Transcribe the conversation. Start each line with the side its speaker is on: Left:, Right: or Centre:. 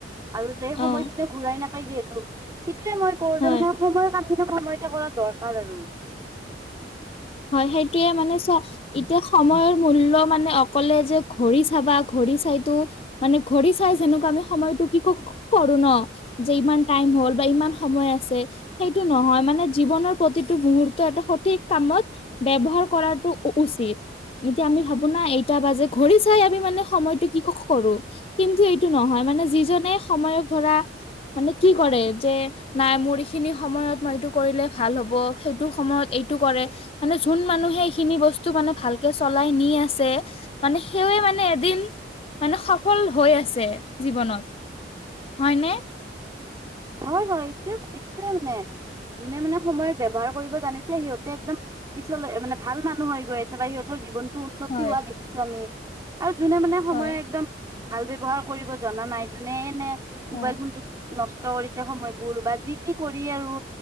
Right: আৰু সেই
Left: অ
Right: সময়খিনি ঘূৰাই নাপায় যিহেতু সেইটোয়ে মই কওঁ
Left: হয়
Right: যে মানে সময় কাম কিন্তু সময়টো কৰা দৰকাৰ আৰু।
Left: হয় সেইটোৱে মানে চোৱা। এতিয়া সময়ৰ মূল্য মানে অকলে যে ঘড়ী চাবা ঘড়ী চাইতো। মানে ঘৰি চাই যেনেকুৱা আমি সময়টো কি <unintelligible> কৰো ন', যে ইমান টাইম হ'ল বা ইমান সময় আছে। সেইটো নহয় মানে জীৱনৰ প্ৰতিটো মুহুৰ্ত এটা সঠিক কামত ব্যৱহাৰ কৰাটো উ-উচিত, এতিয়া আমি ভাবো না এইটা বাজেট ঘৰি চাই আমি মানে সময়টো কি <unintelligible> কৰো। কিন্তু এইটো নহয় মানে যিজনে সময়ক ধৰা, মানে কি কৰে যে নাই মোৰ ইখিনি সময়ত মই এইটো কৰিলে ভাল হব সেইটো সময়ত এইটো কৰে মানে যোন মানুহে এইখিনি বস্তু মানে ভালকে চলাই নি আছে। মানে সেৱে মানে এদিন, মানে সফল হৈ আছে জীৱনত। হয়নে?
Right: হয়, হয়, এইটোৱে এইটোৱে মানে যোনে মানে সময়ত ব্যৱহাৰ কৰিব জানিছে সিহঁতে একদম পিছলৈ মানে ভাল মানুহ হৈ গৈ আছে বা সিহঁতৰ জীৱন উন্নতি
Left: হয়
Right: হোৱা দেখিছো আমি, আৰু যোনে মানে সময়ৰ
Left: হয়
Right: একদম ভাল ব্যৱহাৰ কৰিব জনা নাই যোনে এনে,
Left: হয়
Right: মোবাইল ফোনটোত নষ নষ্ট কৰিছে সময়বোৰ বা যি টি কৰি আৰু,